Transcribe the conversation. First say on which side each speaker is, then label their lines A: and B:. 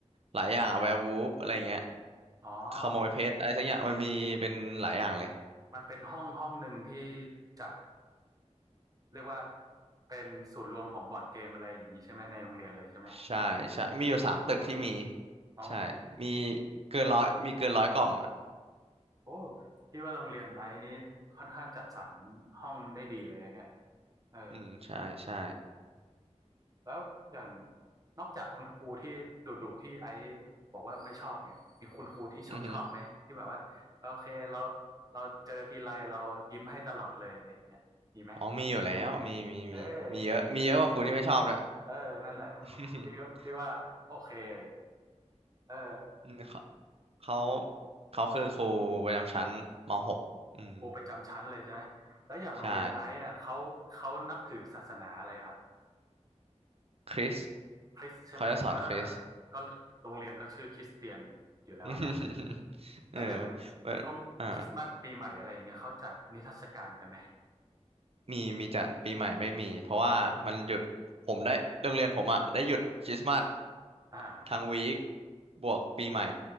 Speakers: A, on the right; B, on the right.
A: หลายอย่างอะแวร์วูฟอะไรเงี้ย
B: อ๋อ
A: ขโมยเพชรอะไรสักอย่างมันมีเป็นหลายอย่างเลย
B: มันเป็นห้องห้องหนึ่งที่จัดเรียกว่าเป็นศูนย์รวมของบอร์ดเกมอะไรอย่างนี้ใช่ไหมในโรงเรียนเลยใช่ไหม
A: ใช่ใช่มีอยู่สามตึกที่มี
B: อ๋ออ๋อ
A: ใช่มีเกินร้อยมีเกินร้อยกล่องอ่ะ
B: โอ้พี่ว่าโรงเรียนไอ้นี้ค่อนข้างจัดสรรห้องได้ดีเลยนะเนี่ยเออ
A: อืมใช่ใช่
B: แล้วอย่างนอกจากคุณครูที่ดุๆที่ไอ้บอกว่าไม่ชอบเนี่ยมีคุณครูที่ชอบชอบไหมที่แบบว่าเออโอเคเรา
A: อือฮึ
B: เราเจอทีไรเรายิ้มให้ตลอดเลยอะไรอย่างเงี้ยมีไหม
A: อ๋อมีอยู่แล้วมีมีมีมีเยอะมีเยอะกว่าครูที่ไม่ชอบเลย
B: เออเออนั่นแหละ
A: <laughs>
B: พี่ก็พี่ว่าโอเคอยู่เออ
A: อืมเขาเขาเขาคือครูประจำชั้นม .6 อืม
B: ครูประจำชั้นเลยใช่ไหมแล้วอย่างโรงเรียนไอ้อะเขาเขานับถือศาสนาอะไรครับ
A: ใช่คริส
B: คริสใช่ไหมเออ
A: เขาจะสอนคริส
B: ก็โรงเรียนก็ชื่อคริสเตียนอยู่แล้วเนาะ
A: <laughs> เออ
B: แล้วอย่าง
A: เว่อ่า
B: ช่วงคริสต์มาสปีใหม่อะไรอย่างเงี้ยเขาจัดนิทรรศการกันไหม
A: มีมีจัดปีใหม่ไม่มีเพราะว่ามันหยุดผมได้โรงเรียนผมอะได้หยุดคริสต์มาส
B: อ่า
A: ทั้งวีคบวกปีใหม่